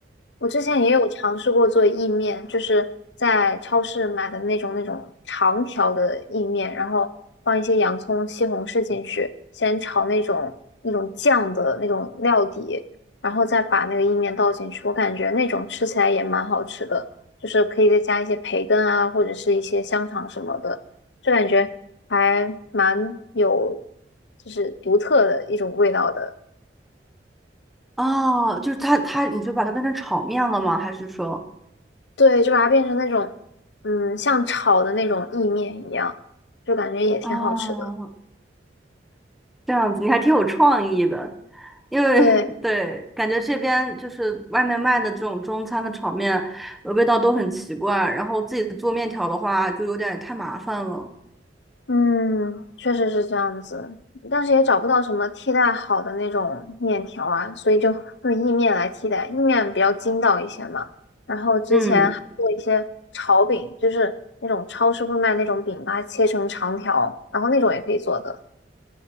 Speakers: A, on the left; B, in the centre.
A: 我之前也有尝试过做意面，就是在超市买的那种那种长条的意面，然后放一些洋葱、西红柿进去，先炒那种那种酱的那种料底，然后再把那个意面倒进去。我感觉那种吃起来也蛮好吃的，就是可以再加一些培根啊，或者是一些香肠什么的，就感觉还蛮有就是独特的一种味道的。
B: 哦，就是它它，你就把它变成炒面了吗？还是说，
A: 对，就把它变成那种，嗯，像炒的那种意面一样，就感觉也挺好吃的。
B: 哦这样子你还挺有创意的，因为
A: 对，
B: <laughs> 对，感觉这边就是外面卖的这种中餐的炒面，呃味道都很奇怪，然后自己做面条的话就有点太麻烦了。
A: 嗯，确实是这样子，但是也找不到什么替代好的那种面条啊，所以就用意面来替代，意面比较筋道一些嘛。然后之前还做一些炒饼，
B: 嗯，
A: 就是那种超市会卖那种饼，把它切成长条，然后那种也可以做的。